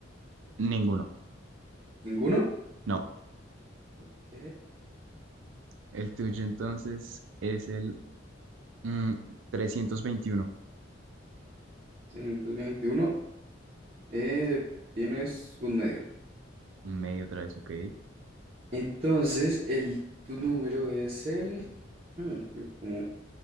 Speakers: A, on the right; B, on the right.
A: Ninguno.
B: ¿Ninguno?
A: No.
B: Ok.
A: El tuyo entonces es el mm, trescientos veintiuno
B: 321. Eh, tienes un medio.
A: Un medio otra vez, ok.
B: Entonces el tu número es el. hmm, pero como